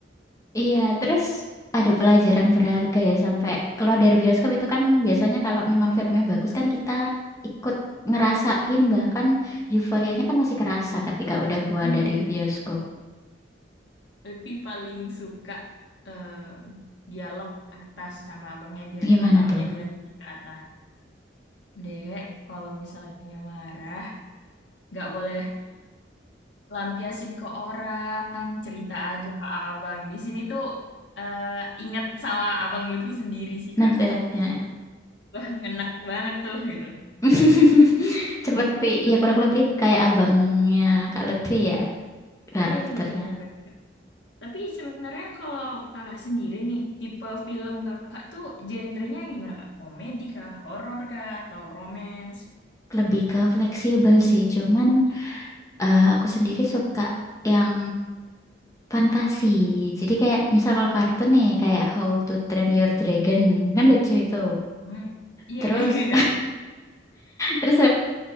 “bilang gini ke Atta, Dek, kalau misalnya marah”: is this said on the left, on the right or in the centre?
Left